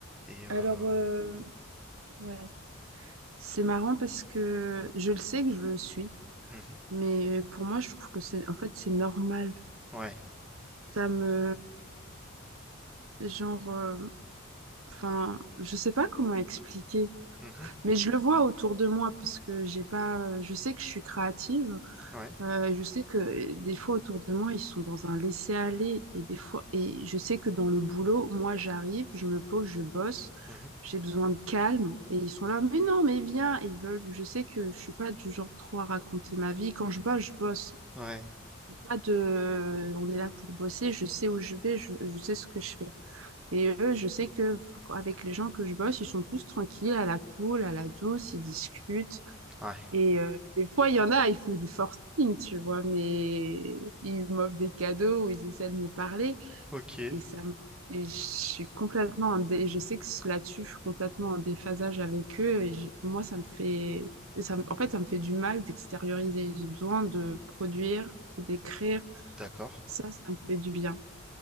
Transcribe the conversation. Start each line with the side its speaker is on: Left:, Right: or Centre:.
Centre: Et euh,
Right: alors, euh, ouais, c'est marrant parce que je le sais que je le suis,
Centre: mhm,
Right: mais pour moi, je trouve que c'est, en fait, c'est normal.
Centre: ouais,
Right: Ça me, genre, euh, enfin, je sais pas comment expliquer.
Centre: mhm,
Right: Mais je le vois autour de moi parce que j'ai pas, euh, je sais que je suis créative.
Centre: ouais,
Right: euh, je sais que euh, des fois autour de moi, ils sont dans un laisser-aller et des fois, et je sais que dans le boulot, moi, j'arrive, je me pose, je bosse,
Centre: mhm,
Right: j'ai besoin de calme et ils sont là, mais non, mais viens. Et ils veulent, je sais que je suis pas du genre trop à raconter ma vie. Quand je bosse, je bosse.
Centre: ouais,
Right: Y a Pas de, on est là pour bosser. Je sais où je vais, je je sais ce que je fais. Et eux, je sais que avec les gens que je bosse, ils sont plus tranquilles, à la cool, à la douce, ils discutent.
Centre: ouais.
Right: Et euh, des fois, il y en a, ils font du forcing, tu vois, mais ils m'offrent des cadeaux ou ils essaient de me parler.
Centre: Ok,
Right: Et ça me- et je suis complètement en dé- je sais que là-dessus, je suis complètement en déphasage avec eux. Et j'ai- pour moi, ça me fait... Ça, me- en fait, ça me fait du mal d'extérioriser. J'ai besoin de produire, d'écrire.
Centre: d'accord,
Right: Ça, ça me fait du bien.